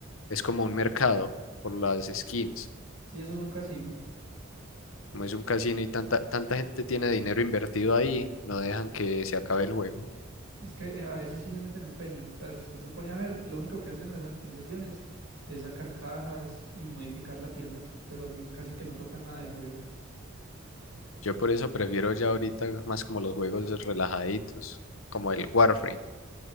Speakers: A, on the left; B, on the right.
A: es como un mercado por las skins.
B: Sí, eso es un casino.
A: Como es un casino y tanta, tanta gente tiene dinero invertido ahí, no dejan que se acabe el juego.
B: Es que eh, a eso sí le meten empeño. O sea, si usted se pone a ver, lo único que hacen en las actualizaciones es sacar cajas y modificar la tienda, pero n- casi que no tocan nada del juego.
A: Yo por eso prefiero ya ahorita más como los juegos relajaditos, como el Warframe.